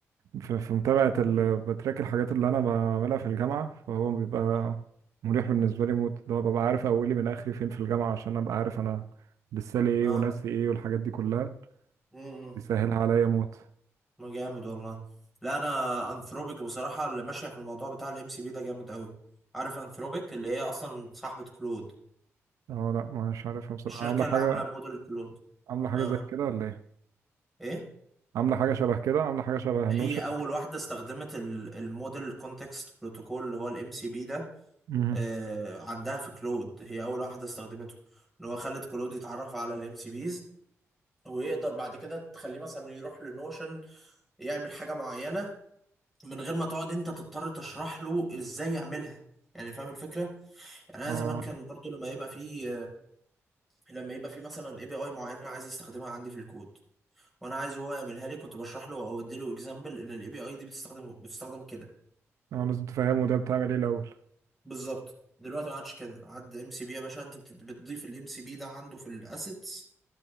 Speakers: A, on the right; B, in the centre.
A: في, في متابعه ال...
B: مم.
A: بتراك الحاجات اللي انا بعملها في الجامعه فهو بيبقى
B: اه
A: مريح بالنسبه لي موت ده ببقى عارف اولي من اخري فين في الجامعه عشان ابقى عارف انا لسه لي ايه
B: آه.
A: وناسي ايه والحاجات دي كلها
B: مم.
A: بيسهلها عليا موت
B: ما جامد والله لا انا انثروبيك بصراحه اللي ماشيه في الموضوع بتاع الام سي بي ده جامد قوي عارف انثروبيك اللي هي اصلا صاحبه كلود
A: اه لا مش عارفها بصراحه
B: الشركه
A: عامله حاجه
B: اللي عامله موديل كلود
A: عامله حاجه
B: اه
A: زي
B: آه.
A: كده ولا ايه
B: ايه
A: عامله حاجه شبه كده عامله حاجه شبه
B: هي
A: نوشن
B: اول
A: وكده
B: واحده استخدمت ال- الموديل كونتكست بروتوكول اللي هو الام سي بي ده
A: مهم.
B: آه عندها في كلود هي اول واحده استخدمته ان هو خلت كلود يتعرف على الام سي بيز ويقدر بعد كده تخليه مثلا يروح لنوشن يعمل حاجه معينه من غير ما تقعد انت تضطر تشرح له ازاي يعملها يعني فاهم الفكره يعني انا
A: اه
B: زمان كان برضو لما يبقى في لما يبقى في مثلا اي بي اي معينه عايز استخدمها عندي في الكود وانا عايز هو يعملها لي كنت بشرح له او ادي له اكزامبل ان الاي بي اي دي بتستخدم بتستخدم كده
A: اه لازم تفهمه ده بتعمل ايه الاول
B: بالظبط دلوقتي ما عادش كده عاد ام سي بي يا باشا انت بت- بتضيف الام سي بي ده عنده في الاسيتس